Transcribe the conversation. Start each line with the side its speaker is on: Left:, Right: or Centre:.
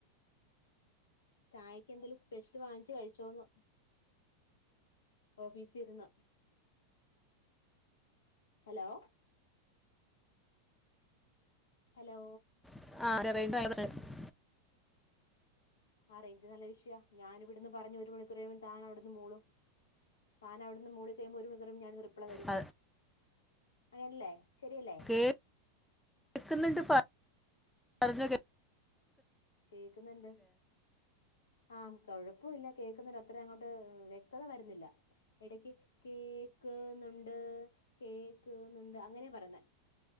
Left: ചായക്ക് എന്തെലും സ്പെഷ്യല് വാങ്ങിച്ചു കഴിച്ചോന്ന് ഓഫീസി ഇര്ന്ന് ഹലോ ഹലോ
Centre: ആഹ് <unintelligible>
Left: ആ റേഞ്ച് നല്ല വിഷയാ ഞാനിവിടുന്ന് പറഞ്ഞ ഒരു മണിക്കുറഴിയുമ്പം താൻ അവിടുന്ന് മൂളും താന് അവിടുന്ന് മൂളി കഴിയുമ്പോ ഒരു മണിക്കൂർ കഴിയുമ്പോ ഞാൻ റിപ്ലൈ തരും
Centre: ആ,
Left: അങ്ങനെയല്ലേ ശരിയല്ലേ
Centre: കേക്കുന്നുണ്ട് പറഞ്ഞോ കേക്കുന്നുണ്ട്
Left: കേക്കുന്നുണ്ട് ആഹ് കുഴപ്പമില്ല കേൾക്കുന്നുണ്ട് അത്ര അങ്ങോട്ട് വ്യക്തത വരുന്നില്ല ഇടക്ക് കേക്ക്ന്നുണ്ട് കേക്ക്ന്നുണ്ട് അങ്ങനെയാ പറയുന്നേ